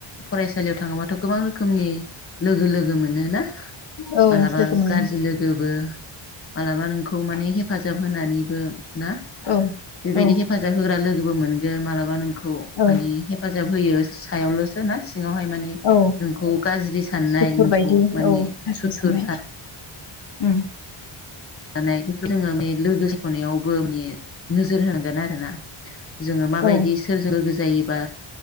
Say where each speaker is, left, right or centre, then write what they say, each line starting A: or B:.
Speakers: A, on the left; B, on the left.
A: फरायसालियाव थाङोबाथ' गोबां रोख खोमनि लोगो लोगो मोनोना?
B: औ
A: मालाबा
B: लोगो मोनो
A: गाज्रि लोगोबो। मालाबा नोंखौ माने हेफाजा जाब होनानैबो ना
B: औ
A: बेबायदि
B: औ
A: हेफाजाब होग्रा लोग गोबो मोनगोन मालाबा नोंख खौ
B: औ
A: माने हेफाजाब होयो। सायावल'सो ना सि ङावहाय माने
B: औ
A: नोंखौ गाज्रि साननाय
B: सुथुर
A: नोंखौ
B: बायदि
A: माने
B: औ गाज्रि
A: सुथुर
B: साननाय
A: सान
B: उम।
A: दानाय बेखौ जोङो मे लोगो सायख'नायावबो मे नोजोर होनांगोन आरोना जोंङो माबायदि
B: औ
A: सोरजों लोगो जायोबा